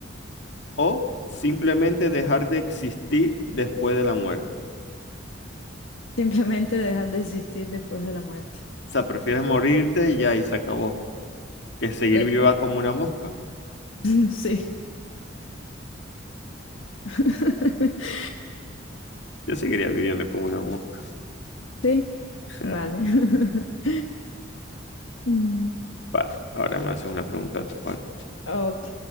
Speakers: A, on the left; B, on the left.
A: o simplemente dejar de existir después de la muerte?
B: Simplemente dejas de existir después de la muerte.
A: O sea, ¿prefieres morirte y ya y se acabó que seguir
B: Sí.
A: viva como una mosca?
B: <laughs> Sí. <laughs>
A: Yo seguiría viviendo como una mosca.
B: Sí,
A: <laughs>
B: vale. <laughs> Mm,
A: Vale, ahora me haces una pregunta tú, ¿vale?
B: Ok,